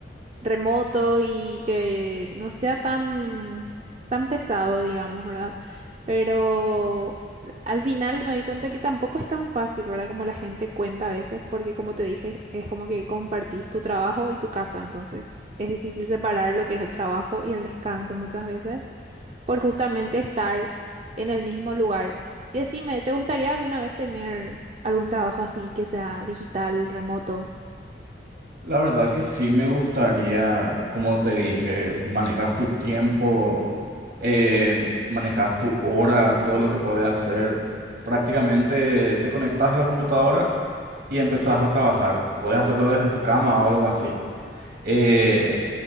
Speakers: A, on the right; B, on the right.
A: remoto y que no sea tan, tan pesado, digamos, ¿verdad? Pero al final me di cuenta que tampoco es tan fácil, ¿verdad? Como la gente cuenta a veces, porque como te dije, es como que compartís tu trabajo y tu casa, entonces es difícil separar lo que es el trabajo y el descanso muchas veces, por justamente estar en el mismo lugar. Y decime, ¿te gustaría alguna vez tener algún trabajo así que sea digital, remoto?
B: La verdad que sí me gustaría, como te dije, manejas tu tiempo, eh, manejas tu hora, todo lo que podés hacer. Prácticamente te conectas a la computadora y empezás a trabajar. Puedes hacerlo desde tu cama o algo así. Eh,